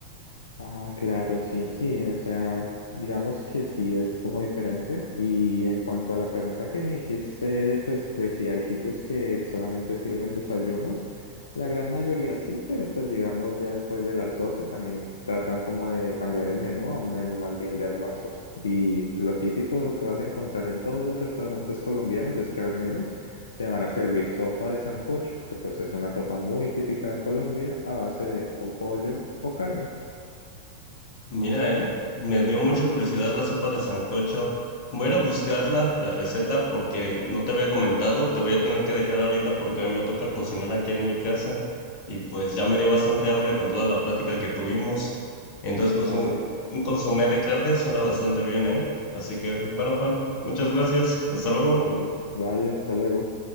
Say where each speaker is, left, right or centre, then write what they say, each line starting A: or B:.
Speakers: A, on the left (about 70°); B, on the left (about 45°).
A: Ah, claro, sí, sí, o sea, digamos que sí es como diferente. Y en cuanto a la pregunta que me hiciste, pues de si hay sitios que solamente sirven desayunos, la gran mayoría sí, pero pues digamos ya después de las 12 también tratan como de cambiar el menú a un menú más bien de almuerzos. Y lo típico que vas a encontrar en todos los restaurantes colombianos es que al menos te van a servir sopa de sancocho, que pues es una sopa muy típica de Colombia a base de o pollo o carne.
B: Mira, eh, me dio mucha curiosidad la sopa de sancocho. Voy a ir a buscarla, la receta, porque no te había comentado, te voy a tener que dejar ahorita porque a mí me toca cocinar aquí en mi casa y pues ya me dio bastante hambre con toda la plática que tuvimos. Entonces,
A: Vale,
B: pues un, un consomé de carne suena bastante bien, ¿eh? Así que,
A: <laughs>
B: bueno, Juan, muchas gracias. Hasta luego.
A: vale, vale, hasta luego.